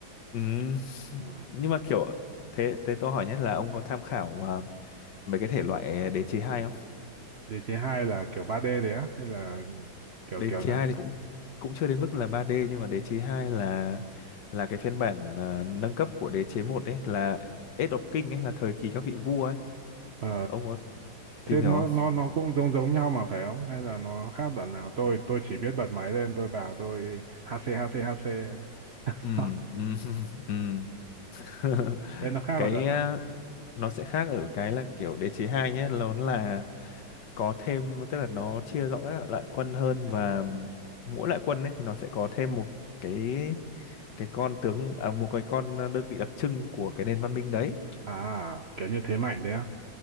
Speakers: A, on the left (about 60°); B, on the right (about 60°).
A: Ừ. <laughs>
B: ừ.
A: Nhưng mà kiểu thế thế tôi hỏi nhất là ông có tham khảo ờ, mấy cái thể loại đế chế hai không?
B: đế chế hai là kiểu ba d đấy á hay là kiểu
A: Đế
B: kiểu
A: chế
B: nào
A: 2 thì cũng cũng chưa đến mức là 3D nhưng mà đế chế 2 là là cái phiên bản ờ, nâng cấp của đế chế một ấy là Age of King ấy là thời kỳ các vị vua ấy.
B: Ờ,
A: Ông có
B: Thế
A: tìm hiểu
B: nó
A: không?
B: nó nó cũng giống giống nhau mà phải không? Hay là nó khác đoạn nào? Tôi tôi chỉ biết bật máy lên, tôi vào tôi HC HC HC. <laughs> Sao?
A: Ừ, ừ, <laughs> ừ. <laughs>
B: Thế nó khác
A: cái
B: ở đoạn
A: ờ,
B: nào?
A: nó sẽ khác ở cái là kiểu đế chế 2 nhé nó là có thêm tức là nó chia rõ các loại quân hơn và mỗi loại quân ấy thì nó sẽ có thêm một cái cái con tướng à, một cái con đơn vị đặc trưng của cái nền văn minh đấy
B: À, kiểu như thế mạnh đấy á.